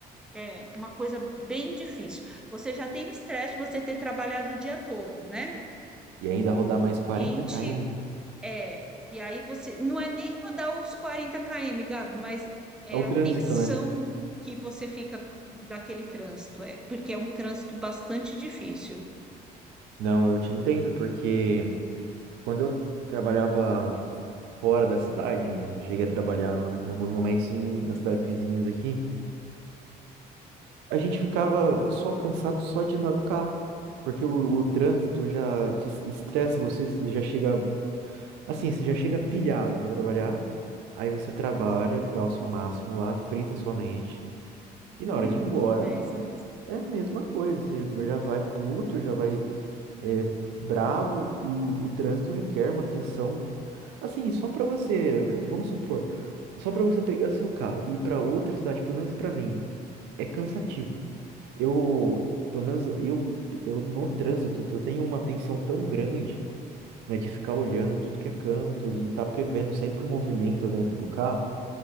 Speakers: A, in the centre; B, on the right.
A: é uma coisa bem difícil. Você já tem o estresse de você ter trabalhado o dia todo, né?
B: E ainda rodar mais 40
A: Cliente
B: km?
A: é, e aí você não é nem rodar os 40 km, Gabi, mas é
B: É o
A: a
B: trânsito,
A: tensão
B: né?
A: que você fica daquele trânsito, é, porque é um trânsito bastante difícil.
B: Não, eu te entendo, porque quando eu trabalhava fora da cidade, né? eu Cheguei a trabalhar em alguns momentos em, nas cidades vizinhas aqui. a gente ficava só cansado só de andar no carro, porque o, o trânsito já te es- estressa você, você já chega assim, você já chega pilhado pra trabalhar, aí você trabalha, dá o seu máximo lá, frita sua mente,
A: <laughs>
B: e na hora de ir embora
A: É isso mesmo.
B: é a mesma coisa, você já vai puto, já vai é, bravo, e o, trânsito requer uma atenção, assim, só pra você, v- vamos supor, só pra você pegar seu carro e ir pra outra cidade, pelo menos pra mim, é cansativo. Eu, pelo menos eu, eu no trânsito, eu tenho uma tensão tão grande, né, de ficar olhando tudo que é canto, de estar prevendo sempre o movimento dentro do carro,